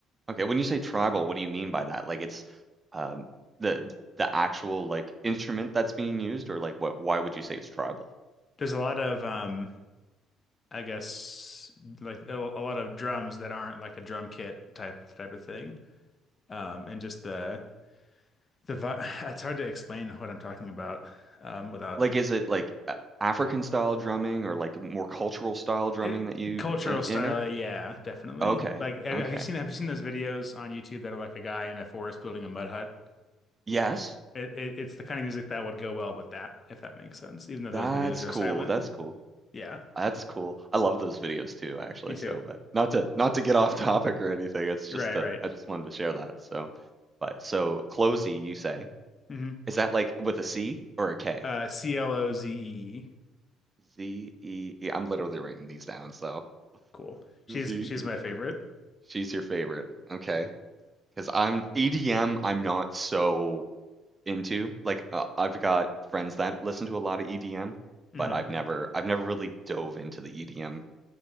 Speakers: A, on the right; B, on the left.
A: Okay, when you say tribal, what do you mean by that? Like it's um the the actual like instrument that's being used or like what why would you say it's tribal?
B: There's a lot of um I guess like a, a lot of drums that aren't like a drum kit type type of thing. Um, and just the the vi <laughs> <sighs> it's hard to explain what I'm talking about um without
A: Like is it like a- African style drumming or like more cultural style drumming
B: It,
A: that you
B: cultural
A: i-
B: style,
A: in it?
B: yeah, definitely.
A: Okay.
B: Like, have,
A: Okay.
B: have you seen have you seen those videos on YouTube that are like a guy in a forest building a mud hut?
A: Yes.
B: It, it it's the kind of music that would go well with that, if that makes sense. Even though those
A: That's
B: videos
A: cool.
B: are silent.
A: That's cool.
B: Yeah,
A: That's cool. I love those videos too, actually.
B: me too.
A: So, but not to not to get off <laughs> topic or anything. It's
B: Right,
A: just uh,
B: right.
A: I just wanted to share that. So, but so closey, you say.
B: hmm
A: Is that like with a C or a K?
B: Uh, C L O Z E E.
A: Z E E. I'm literally writing these down, so
B: Cool. She's
A: Z E
B: she's my favorite.
A: E. She's your favorite. Okay. Because I'm EDM, I'm not so into. Like uh, I've got friends that listen to a lot of EDM,
B: hmm
A: but I've never I've never really dove into the EDM